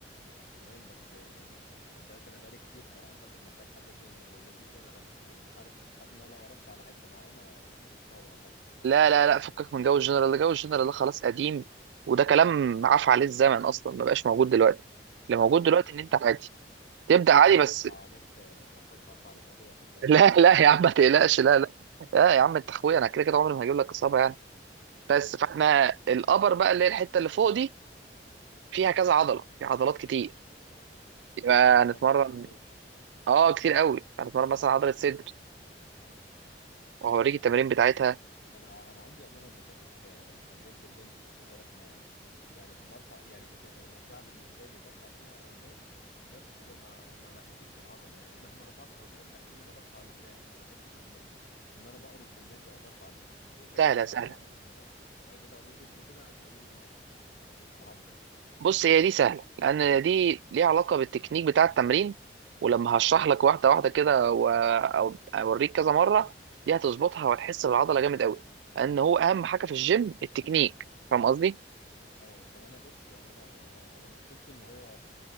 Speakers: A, on the left; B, on the right.
A: تمام بس يعني خد بالك انا بقالي كتير فانا اعتقد محتاج حاجه جنرال ولا دي جنرال عشان انا مش عارف حاسس ان انا لو قرصت على حته معينه ممكن اتصاب او حاجه
B: لا لا لا فكك من جو الجنرال ده جو الجنرال ده خلاص قديم وده كلام عفى عليه الزمن اصلا ما بقاش موجود دلوقتي اللي موجود
A: لو
B: دلوقتي
A: اتصبت
B: ان انت عادي تبدا
A: لو
B: عادي
A: اتصبت
B: بس
A: هرفع عليك لو اتصبت هرفع عليك قضيه خد بالك
B: <laughs> لا لا يا عم ما تقلقش
A: <laughs>
B: لا لا لا يا عم انت اخويا انا كده كده عمري ما هجيب لك اصابه يعني بس
A: قشطه
B: فاحنا الابر بقى اللي هي الحته اللي فوق دي فيها كذا عضله في عضلات كتير يبقى
A: اه
B: هنتمرن
A: ما يتعدوش
B: اه كتير قوي هنتمرن مثلا عضله صدر وهوريك التمارين
A: آه،
B: بتاعتها
A: انا انا عندي عموما مشاكل في تمرينة البنج دي خد بالك ما يعني برفع يعني بتبقى ممتعة بالنسبة لي وبرفع فيها اوزان بس ما ما بحسش بالعضلة يعني مهما رفعت اوزان بحس ان انا برفع بدراعي ما بحسش ان ال... ان انا بقرص بالبنج او برفع بيه وفعلا
B: سهله
A: ضعيف
B: سهله
A: عندي يعني لو لو جيت اوريك جسمي كده هتلاقيه ما ما- مش معضل
B: بص هي دي سهله لان دي ليها علاقه بالتكنيك بتاع التمرين ولما هشرح لك واحده واحده كده و- او اوريك كذا مره دي هتظبطها وهتحس بالعضله جامد قوي لان هو اهم حاجه في الجيم التكنيك فاهم قصدي
A: اي طب انا بص يعني انا يعني انا مشكلتي ان هو